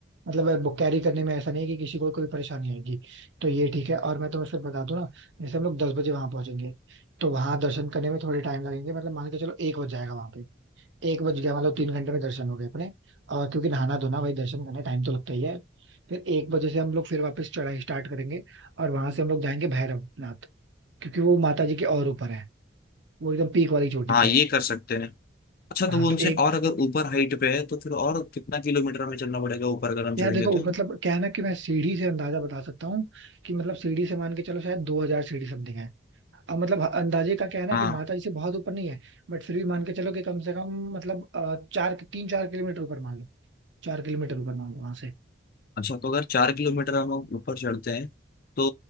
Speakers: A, on the right (about 65°); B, on the left (about 50°).
A: मतलब बुक कैरी करने में ऐसा नहीं है कि किसी को कोई परेशानी आएगी तो ये ठीक है और मैं तुम्हें सिर्फ बता दूं ना जैसे हम लोग दस बजे वहां पहुंचेंगे तो वहां दर्शन करने में थोड़े टाइम लगेंगे मतलब मान के चलो एक बज जाएगा वहां पे एक बज गया मतलब तीन घंटे में दर्शन हो गए अपने और क्योंकि नहाना धोना भाई दर्शन करने टाइम तो लगता ही है फिर एक बजे से हम लोग फिर वापस चढ़ाई स्टार्ट करेंगे और वहां से हम लोग जाएंगे भैरवनाथ क्योंकि वो माता जी के और ऊपर है वो एकदम पीक वाली चोटी
B: हाँ
A: पे
B: ये
A: है
B: कर सकते हैं अच्छा
A: हाँ
B: तो वो
A: तो
B: उनसे
A: एक
B: और अगर ऊपर हाइट पे है तो फिर और कितना किलोमीटर हमें चलना पड़ेगा ऊपर अगर हम चढ़ेंगे
A: यार देखो
B: तो
A: मतलब क्या है ना कि मैं सीढ़ी से अंदाजा बता सकता हूँ कि मतलब सीढ़ी से मान के चलो शायद 2000 सीढ़ी समथिंग है अब मतलब अंदाजे का क्या है ना
B: हाँ
A: कि माता जी से बहुत ऊपर नहीं है बट फिर भी मान के चलो कि कम से कम मतलब अ, चार तीन चार किलोमीटर ऊपर मान लो चार किलोमीटर ऊपर मान लो वहां से
B: अच्छा तो अगर चार किलोमीटर हम ऊपर चढ़ते हैं तो